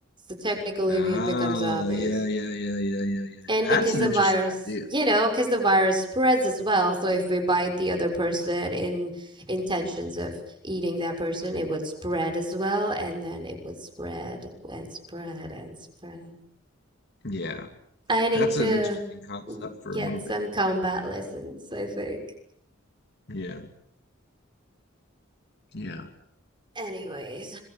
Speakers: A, on the right; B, on the left.
A: So technically,
B: Oh,
A: we'd become zombies.
B: yeah, yeah, yeah, yeah, yeah, yeah.
A: And
B: That's
A: because
B: an
A: the
B: interesting
A: virus,
B: idea.
A: you know, because the virus spreads as well. So if we bite the other person in intentions of eating that person, it would spread as well. And then it would spread and spread and spread.
B: Yeah,
A: I need
B: that's
A: to
B: an interesting concept for
A: get
B: a movie.
A: some combat lessons, I think.
B: Yeah, yeah.
A: Anyways.